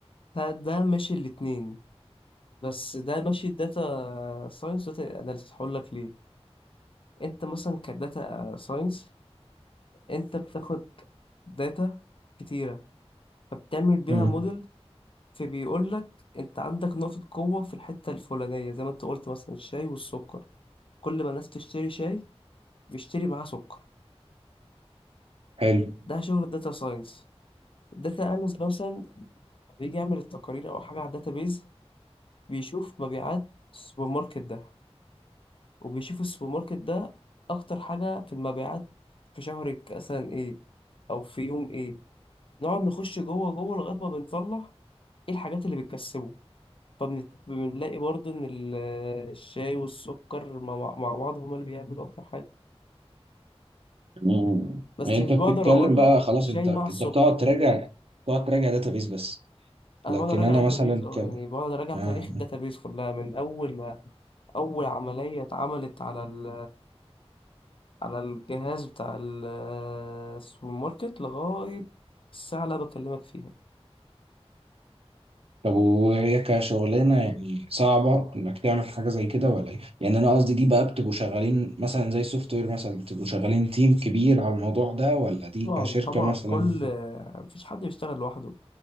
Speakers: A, on the left; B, on the right.
A: ده, ده ماشي الاتنين بس ده ماشي الداتا ساينس داتا اناليسيس هقول لك ليه انت مثلا كداتا ساينس انت بتاخد داتا كتيرة فبتعمل بيها
B: امم
A: موديل فبيقول لك انت عندك نقطة قوة في الحتة الفلانية زي ما انت قلت مثلا الشاي والسكر كل ما الناس تشتري شاي بيشتري معاه سكر
B: حلو
A: ده شغل الداتا ساينس الداتا اناليست مثلا بيجي يعمل التقارير او حاجة على الداتابيز بيشوف مبيعات السوبر ماركت ده وبيشوف السوبر ماركت ده اكتر حاجة في المبيعات في شهر ك- مثلا ايه او في يوم ايه نقعد نخش جوه جوه لغاية ما بنطلع ايه الحاجات اللي بتكسبه فبنلاقي برضو ان ال- الشاي والسكر مع مع بعض هما اللي بيعملوا اكتر حاجه
B: مم.
A: بس
B: يعني انت
A: مش بقدر
B: بتتكلم
A: اقول
B: بقى
A: لك
B: خلاص
A: الشاي
B: انت
A: مع السكر
B: انت بتقعد تراجع
A: يعني
B: بتقعد تراجع داتابيس بس
A: انا
B: لكن
A: بقدر اراجع
B: انا
A: داتابيز
B: مثلا
A: اه
B: ك...
A: يعني بقدر اراجع
B: آه.
A: تاريخ الداتابيز كلها من اول ما اول عمليه اتعملت على ال على الجهاز بتاع ال- السوبر ماركت لغايه الساعه اللي أنا بكلمك فيها
B: طب وهي كشغلانه يعني صعبه انك تعمل حاجه زي كده ولا ايه؟ يعني انا قصدي دي بقى بتبقوا شغالين مثلا زي السوفت وير مثلا بتبقوا شغالين تيم كبير على الموضوع ده ولا دي
A: طبعا
B: كشركه
A: طبعا
B: مثلا
A: كل
B: بت-
A: مفيش حد بيشتغل لوحده